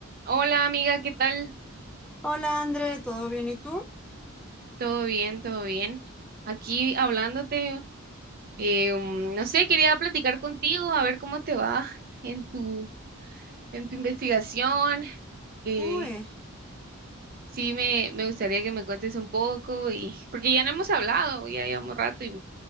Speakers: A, on the right; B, in the centre.
A: Hola amiga, ¿qué tal?
B: Hola André, ¿todo bien y tú?
A: ¿Todo bien? ¿Todo bien? Aquí hablándote, eh, mm, no sé, quería platicar contigo, a ver cómo te va en tu, en tu investigación. eh,
B: Uy,
A: sí, me, me gustaría que me cuentes un poco y porque ya no hemos hablado, ya llevamos rato y